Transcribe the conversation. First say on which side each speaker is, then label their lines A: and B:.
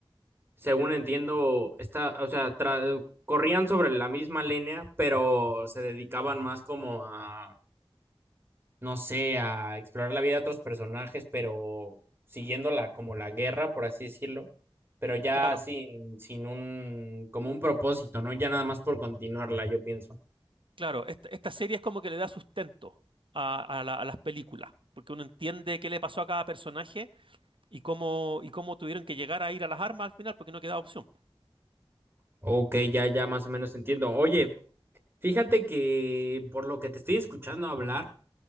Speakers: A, on the right; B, on the right.
A: según entiendo, está, o sea, tra- corrían sobre la misma línea, pero se dedicaban más como a, no sé, a explorar la vida de otros personajes, pero siguiendo la, como la guerra, por así decirlo, pero ya
B: Claro,
A: sin, sin un, como un propósito, ¿no? Ya nada más por continuarla, yo pienso.
B: claro, esta, esta serie es como que le da sustento a, a la- a las películas, porque uno entiende qué le pasó a cada personaje y cómo, y cómo tuvieron que llegar a ir a las armas al final, porque no quedaba opción.
A: Ok, ya, ya más o menos entiendo. Oye, fíjate que por lo que te estoy escuchando hablar,